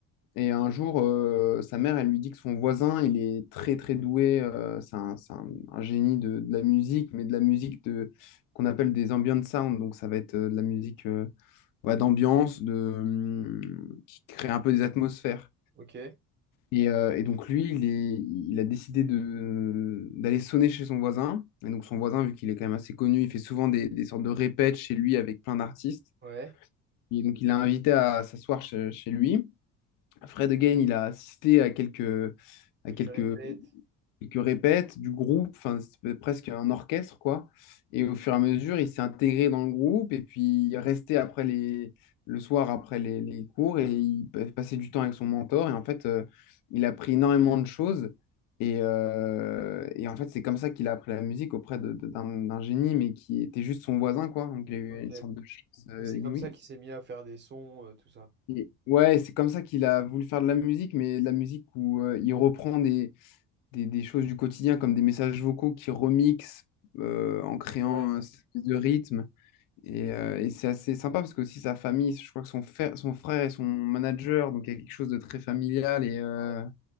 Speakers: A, on the left; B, on the right.
A: Et un jour, euh, sa mère, elle lui dit que son voisin, il est très très doué, euh, c'est un, c'est un- un génie de, de la musique, mais de la musique de, qu'on appelle des ambient sound, donc ça va être euh, de la musique euh, ouais, d'ambiance, de, hum, qui crée un peu des atmosphères.
B: Ok,
A: Et, euh, et donc lui, il est, il a décidé de, d'aller sonner chez son voisin. Et donc son voisin, vu qu'il est quand même assez connu, il fait souvent des, des sortes de répètes chez lui avec plein d'artistes.
B: ouais.
A: Et donc il l'a invité à s'asseoir chez chez lui. Fred Again, il a assisté à quelques, à
B: Que
A: quelques,
B: tu répètes.
A: quelques répètes du groupe, enfin, c'était presque un orchestre, quoi. Et au fur et à mesure, il s'est intégré dans le groupe et puis il est resté après les, le soir après les, les cours et il pa- passait du temps avec son mentor. Et en fait, euh, il a appris énormément de choses. Et, euh, et en fait, c'est comme ça qu'il a appris la musique auprès de- de- d'un d'un génie, mais qui était juste son voisin, quoi. Donc, il a eu
B: Ok.
A: une sorte de chance euh,
B: Mais c'est
A: inouïe.
B: comme ça qu'il s'est mis à faire des sons, euh, tout ça.
A: Et- Ouais, c'est comme ça qu'il a voulu faire de la musique, mais de la musique où euh, il reprend des, des, des choses du quotidien, comme des messages vocaux qu'il remixe euh, en créant
B: Ouais,
A: un espèce de rythme. Et, euh, et c'est assez sympa parce que aussi sa famille, je crois que son frère, son frère est son manager, donc il y a quelque chose de très familial et euh,
B: ouais.
A: enfin,